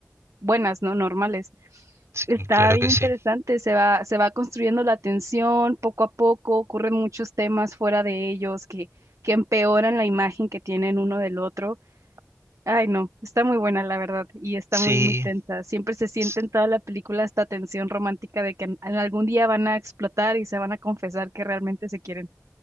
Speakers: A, on the right (about 80°); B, on the right (about 65°).
A: buenas, ¿no? Normales.
B: Sí,
A: Está
B: claro
A: bien
B: que
A: interesante,
B: sí.
A: se va, se va construyendo la tensión poco a poco, ocurren muchos temas fuera de ellos que, que empeoran la imagen que tienen uno del otro. Ay, no, está muy buena la verdad y está
B: Sí.
A: muy, muy tensa. Siempre se siente
B: s-
A: en toda la película esta tensión romántica de que en en algún día van a explotar y se van a confesar que realmente se quieren.